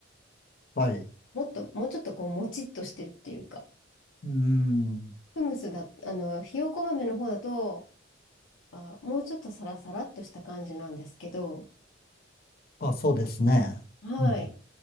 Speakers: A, on the left; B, on the left.
A: はい。
B: もっと、もうちょっとこう、もちっとしてるっていうか。
A: うん。
B: フムスだ、あの、ひよこ豆の方だと、あ、もうちょっとサラサラっとした感じなんですけど、
A: あ、そうですね。
B: はい。
A: うん。